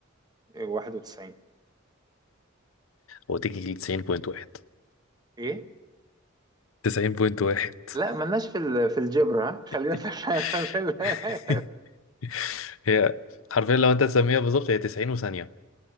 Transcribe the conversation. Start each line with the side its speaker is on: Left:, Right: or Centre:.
Right: 91
Left: هو تيجي 90.1
Right: ايه
Left: 90.1
Right: لا ملناش في ال- في الجبر ها خلينا
Left: <laughs>
Right: في ال- <laughs> في ال-
Left: <laughs> هي حرفيا لو انت تسميها بالظبط هي 90 وثانية